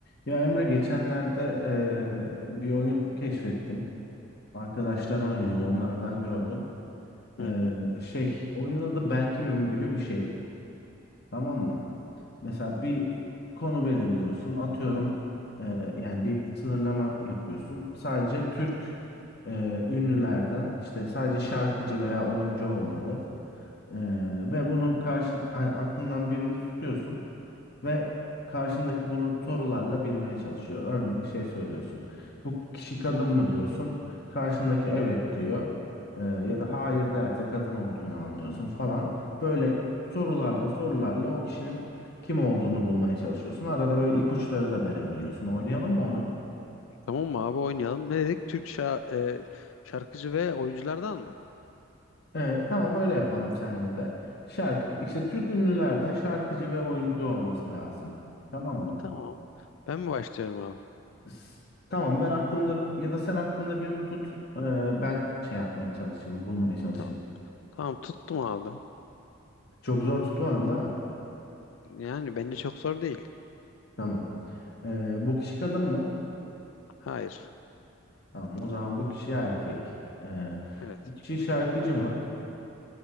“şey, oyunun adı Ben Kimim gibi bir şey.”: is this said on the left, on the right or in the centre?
Left